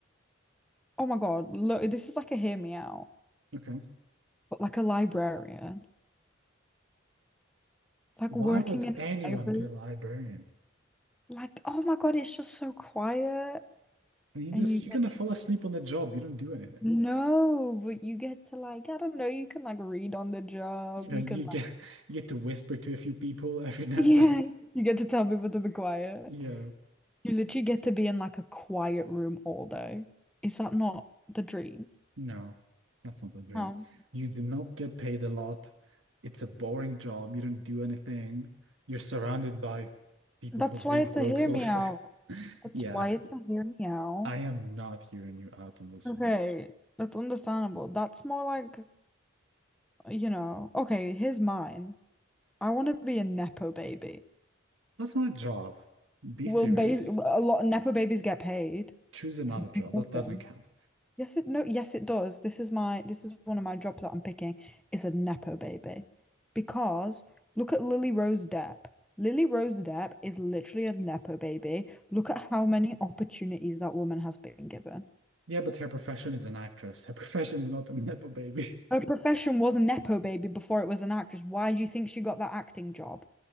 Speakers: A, in the centre; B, on the right.
A: Oh my God, look, this is like a hear me out,
B: Okay.
A: but like a librarian, like
B: Why
A: working
B: would
A: in
B: anyone
A: a library.
B: be a librarian?
A: Like, oh my God, it's just so quiet
B: And you just
A: and you get
B: you're gonna fall
A: to
B: asleep on the job. You don't do anything.
A: no, but you get to like, I don't know, you can like read on the job,
B: You know,
A: you
B: you
A: can like,
B: get <laughs> you get to whisper to a few people <laughs> every
A: <laughs>
B: now
A: yeah,
B: and then. <laughs>
A: you get to tell people to be quiet.
B: Yeah.
A: You literally get to be in like a quiet room all day. Is that not the dream?
B: No, that's not the dream.
A: Um,
B: You do not get paid a lot. It's a boring job. You don't do anything. You're surrounded by people
A: that's
B: who read
A: why it's
B: books
A: a hear
B: all
A: me
B: day.
A: out.
B: <laughs>
A: That's
B: Yeah,
A: why it's a hear me out.
B: I am not hearing you out on this
A: Okay,
B: one.
A: that's understandable. That's more like, you know, okay, here's mine. I want to be a Nepo baby.
B: That's not a job. Be
A: Will
B: serious.
A: ba a lot of Nepo babies get paid
B: Choose another
A: for
B: job.
A: doing
B: That
A: nothing?
B: doesn't count.
A: Yes, it no, yes, it does. This is my this is one of my jobs that I'm picking is a Nepo baby. Because look at Lily Rose Depp. Lily Rose Depp is literally a Nepo baby. Look at how many opportunities that woman has been given.
B: Yeah, but her profession is an actress. Her <laughs> profession is not a nepo baby.
A: Her profession was a nepo baby before it was an actress. Why do you think she got that acting job?